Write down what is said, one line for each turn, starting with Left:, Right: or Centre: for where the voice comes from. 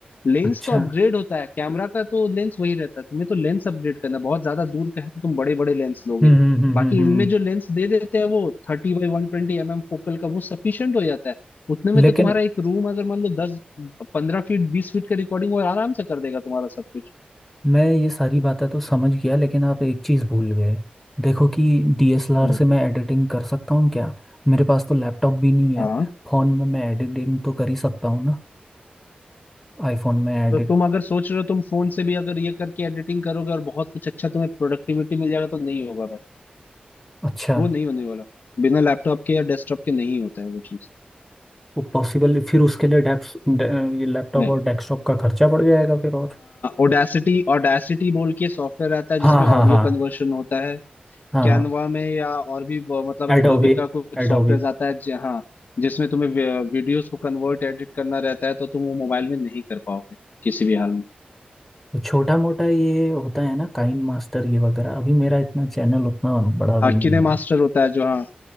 Left: लेंस
Centre: अच्छा
Left: तो अपग्रेड
Centre: हम्म
Left: होता है कैमरा का तो लेंस वही रहता है तुम्हें तो लेंस अपग्रेड करना है। बहुत ज्यादा दूर का है तो तुम बड़े बड़े लेंस लोगे
Centre: हम्म हम्म
Left: बाकी
Centre: हम्म हम्म।
Left: इनमें जो लेंस दे देते हैं वो थर्टी बाई वन ट्वेंटी एम एम फोकल का वो सफिशियंट हो जाता है उतने में
Centre: लेकिन
Left: तो तुम्हारा एक रूम अगर मान लो दस पंद्रह फीट बीस फीट का रिकॉर्डिंग वो आराम से कर देगा तुम्हारा सब कुछ
Centre: मैं ये सारी बातें तो समझ गया लेकिन आप एक चीज़ भूल गए देखो कि डीएसएलआर
Left: हम्म
Centre: से मैं एडिटिंग कर सकता हूँ क्या मेरे पास तो लैपटॉप भी नहीं है
Left: हाँ
Centre: फ़ोन में मैं एडिटिंग तो कर ही सकता हूँ ना आईफोन में एडिट
Left: तो तुम अगर सोच रहे हो तुम फोन से भी अगर ये करके एडिटिंग करोगे और बहुत कुछ अच्छा तुम्हें प्रोडक्टिविटी मिल जाएगा तो नहीं होगा भाई
Centre: अच्छा
Left: वो नहीं होने वाला बिना लैपटॉप के या डेस्कटॉप के नहीं होता है वो चीज
Centre: वो पॉसिबल फिर उसके लिए डेप्स ये लैपटॉप
Left: नहीं
Centre: और डेस्कटॉप का खर्चा पड़ जाएगा फिर और
Left: ओडेसिटी ओडेसिटी बोल के सॉफ्टवेयर आता है
Centre: हाँ
Left: जिसमें ऑडियो
Centre: हाँ हाँ
Left: कन्वर्शन होता है
Centre: हाँ हाँ
Left: कैनवा में या और भी ब- मतलब
Centre: Adobe
Left: एडोबी का कुछ
Centre: Adobe
Left: सॉफ्टवेयर आता है जहाँ जिसमें तुम्हें वीडियोस को कन्वर्ट एडिट करना रहता है तो तुम वो मोबाइल में नहीं कर पाओगे किसी भी हाल में
Centre: तो छोटा मोटा ये होता है ना काइन मास्टर ये वगैरह अभी मेरा इतना चैनल उतना बड़ा
Left: हाँ
Centre: भी नहीं
Left: किने मास्टर
Centre: है
Left: होता है जो हाँ